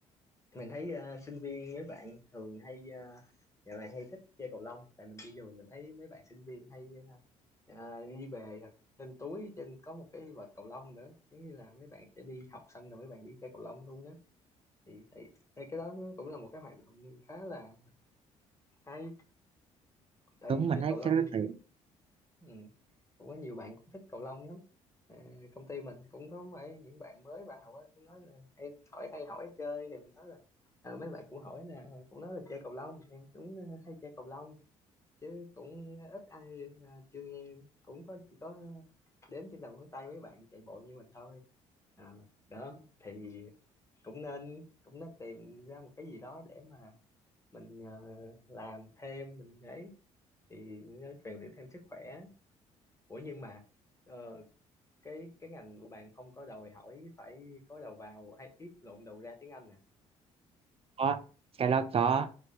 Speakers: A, on the left (about 15°); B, on the right (about 35°).
A: mình thấy ờ, sinh viên mấy bạn thường hay ờ, dạo này hay thích chơi cầu lông tại mình đi rồi mình thấy mấy bạn sinh viên hay ờ, ờ, đi về thật- trên túi trên có một cái vợt cầu lông nữa giống như là mấy bạn sẽ đi học xong rồi mấy bạn đi chơi cầu lông luôn đó thì thấy thấy cái đó nó cũng là một cái hoạt động khá là hay tại
B: đúng
A: hình
B: mình
A: như
B: thấy
A: cầu lông
B: cái đó tiện
A: ừ. cũng có nhiều bạn cũng thích cầu lông lắm à, công ty mình cũng có mấy những bạn mới vào á cũng nói là em hỏi hay hỏi chơi thì mình nói là à, mấy bạn cũng hỏi là cũng nói là chơi cầu lông em cũng ờ, hay chơi cầu lông chứ cũng ít ai ờ, chưa nghe cũng có chỉ có đếm trên đầu ngón tay mấy bạn chạy bộ như mình thôi à, đó thì cũng nên cũng nên tìm ra một cái gì đó để mà mình ờ, làm thêm mình ấy thì nó rèn luyện thêm sức khỏe ủa nhưng mà ờ, cái cái ngành của bạn không có đòi hỏi phải có đầu vào hay ít lộn đầu ra tiếng Anh nè
B: có cái đó có